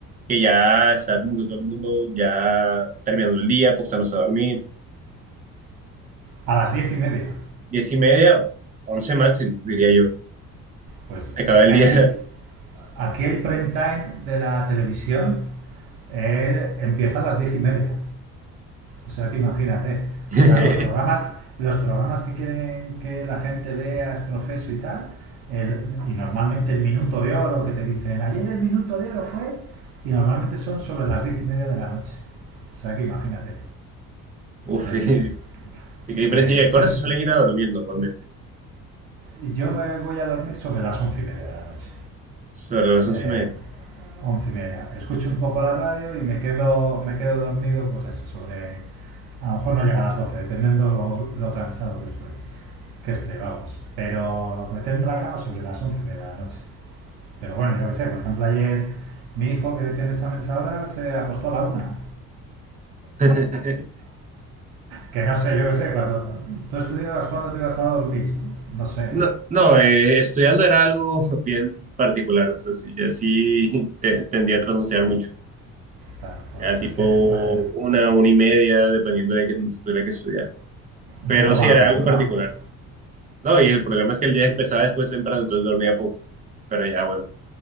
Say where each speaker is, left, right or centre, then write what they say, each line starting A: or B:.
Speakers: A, on the right; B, on the right.
A: que ya está como que todo el mundo ya terminando el día, acostándose a dormir.
B: A las 10 y media.
A: Diez y media, once máximo, diría yo.
B: Pues
A: Se acaba
B: es
A: el
B: que
A: día.
B: aquí, aquí el prime time de la televisión eh, empieza a las 10 y media. O sea, que imagínate.
A: <laughs>
B: O sea, los programas, los programas que quieren que la gente vea, es profeso y tal, el- y normalmente el minuto de oro que te dicen, ayer el minuto de oro fue, y normalmente son sobre las diez y media de la noche. O sea, que imagínate.
A: Uf,
B: Es
A: sí,
B: decir,
A: sí, qué diferencia.
B: que
A: ¿Y a
B: se-
A: qué hora se suelen ir a dormir normalmente?
B: yo me voy a dormir sobre las once y media de la noche.
A: Sobre las once
B: Eh,
A: y media.
B: once y media. Escucho un poco la radio y me quedo, me quedo dormido, pues eso, sobre... A lo mejor no llega a las 12, dependiendo lo, lo cansado que estoy. que este, vamos. Pero meterme en la cama sobre las 11 de la noche. Pero bueno, yo qué sé, por ejemplo, ayer mi hijo que tiene exámenes ahora se acostó a la una.
A: <laughs>
B: Que no sé, yo qué sé, cuando tú estudiabas, ¿cuándo te ibas a dormir? No sé.
A: No, no eh, estudiando era algo <laughs> bien particular. O sea, sí, yo sí te- tendía a trasnochar mucho.
B: Claro, por
A: Ya
B: eso
A: tipo
B: es que después.
A: una, una y media, dependiendo de qué tanto tuviera que estudiar. Pero
B: Un poco
A: sí,
B: vampiro,
A: era algo particular.
B: ¿no?
A: No, y el problema es que el día empezaba después temprano, entonces dormía poco. Pero ya, bueno,